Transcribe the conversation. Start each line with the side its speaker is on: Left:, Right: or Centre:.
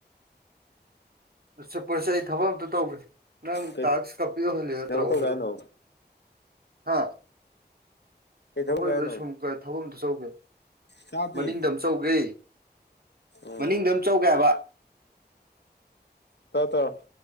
Right: ꯆꯦꯄꯔꯁꯦ ꯑꯩ ꯊꯕꯛ ꯑꯝꯇ ꯇꯧꯒꯦ ꯅꯪ
Left: ꯀꯩ
Right: ꯇ ꯄꯍ ꯅꯠꯇ꯭ꯔ
Left: ꯊꯕꯛ
Right: ꯑꯣꯍꯂꯣ
Left: ꯇꯧꯒꯦ ꯍꯥꯏꯅꯣ
Right: ꯍꯥ
Left: ꯀꯩ ꯊꯕꯛ
Right: ꯑꯩꯈꯣꯏꯕ
Left: ꯇꯧꯒꯦ ꯍꯥꯏꯅꯣ
Right: ꯁꯨꯝ ꯀꯥꯏ ꯊꯕꯛ ꯑꯝꯇ ꯆꯧꯒꯦ
Left: ꯇꯥꯗꯦ
Right: ꯃꯅꯤꯡꯗ ꯆꯧꯒꯦ
Left: ꯎꯝ
Right: ꯃꯅꯤꯡꯗ ꯑꯝ ꯆꯧꯒꯦ ꯍꯥꯏꯕ
Left: ꯇꯧꯔꯣ ꯇꯧꯔꯣ